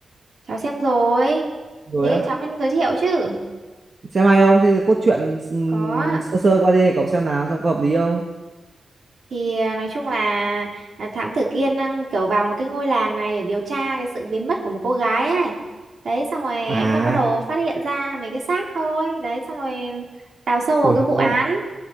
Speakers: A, on the right; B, on the right.
A: Cháu xem rồi.
B: rồi
A: Thế
B: á
A: cháu mới giới thiệu chứ.
B: xem hay không thế thì cốt truyện ừm,
A: Có. ạ.
B: sơ sơ qua đi cậu xem nào xem có hợp lý không
A: Thì à, nói chung là à, thám tử Kiên đang kiểu vào một cái ngôi làng này để điều tra cái sự biến mất của một cô gái ấy. Đấy xong rồi
B: à
A: anh bắt bắt đầu phát hiện ra mấy cái xác thôi. Đấy xong rồi đào sâu vào
B: ui
A: cái vụ
B: nghe
A: án.